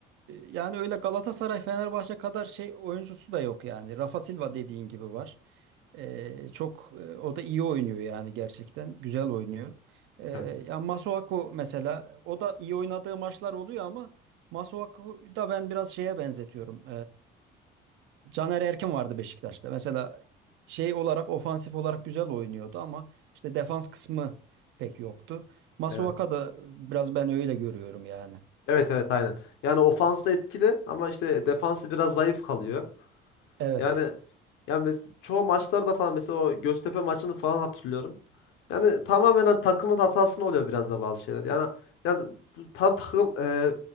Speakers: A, on the right (about 65°); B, on the left (about 75°).
A: yani öyle Galatasaray Fenerbahçe kadar şey oyuncusu da yok yani. Rafa Silva dediğin gibi var. E, çok e, o da iyi oynuyor yani gerçekten güzel oynuyor. E,
B: Evet.
A: ya Masuaku mesela o da iyi oynadığı maçlar oluyor ama Masuaku da ben biraz şeye benzetiyorum. Caner Erkin vardı Beşiktaş'ta. Mesela şey olarak ofansif olarak güzel oynuyordu ama işte defans kısmı pek yoktu. Masuaka
B: Evet.
A: da biraz ben öyle görüyorum yani.
B: Evet evet aynen. Yani ofans da etkili ama işte defansı biraz zayıf kalıyor.
A: Evet.
B: Yani yani mes- çoğu maçlarda falan mesela o Göztepe maçını falan hatırlıyorum. Yani tamamen hani takımın hatasını oluyor biraz da bazı şeyler. Yani yani bu tam takım e,